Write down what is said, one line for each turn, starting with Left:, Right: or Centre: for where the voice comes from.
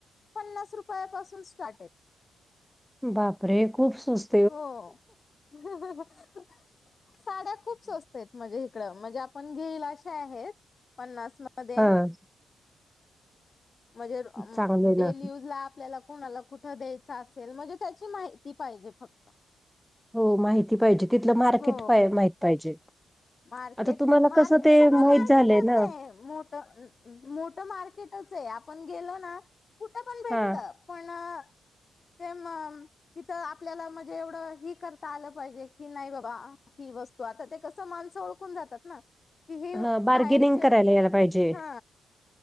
Left: पन्नास रुपयापासून स्टार्ट आहे.
Centre: बापरे खूप स्वस
Left: हो, <unintelligible> साड्या खूप स्वस् स्त हेत म्हणजे इकडं म्हणजे आपण घेईलं अशा आहेत, पन्नास मध्ये
Centre: हा,
Left: म्हणजे अं मं
Centre: चांगलं आहे
Left: डेली
Centre: ना.
Left: युजला आपल्याला कोणाला कुठं दे चा असेल म्हणजे त्याची माहिती पाहिजे फक्त
Centre: हो माहिती पाहिजे, तिथलं मार्केट
Left: हो
Centre: पाय- माहित पाहिजे.
Left: मार्केट-
Centre: आता तुम्हाला
Left: मार्केट
Centre: कसं ते
Left: सगळं
Centre: माहीत
Left: मार्केटच
Centre: झालंय ना.
Left: ये, मोठ मोठं मार्केटच ये, आपण गेलो ना कुठं पण भेटत.
Centre: हां,
Left: पण अं ते मगं तिथं आपल्याला म्हणजे एवढं ही करता आलं पाहिजे, की नाही बाबा ही वस्तू आता ते कसं माणंस ओळखून जातात ना की
Centre: हां, बार्गेनिंग
Left: बाहेरचे,
Centre: करायला यायला पाहिजे.
Left: हा